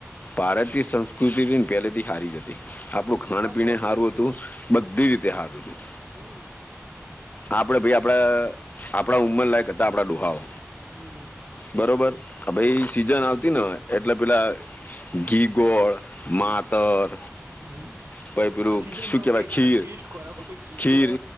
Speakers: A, on the left; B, on the right.
A: ભારતીય સંસ્કૃતિ પહેલેથી હારી જ હતી. આપડું ખાણ
B: હા
A: પીને
B: સો ટકા
A: હારુ રું હતું બધી રીતે સારું હતું.
B: હમ્મ
A: આપડે ભાઈ આપડા આપણા ઉંમર લાયક હતા આપડા ડોહાઓ
B: હમ.
A: બરોબર ભાઈ સીઝન આવતી હતી ને એટલે પેલા ઘી ગોળ માતર
B: હમ્મ હમ્મ
A: પહી પેલું
B: હા સીઝન
A: શું
B: પ્રમાણે
A: કેવાય
B: અને
A: ખીર
B: બેસ્ટ ખોરાક ભઈ ઘી
A: ખીર
B: ગોળ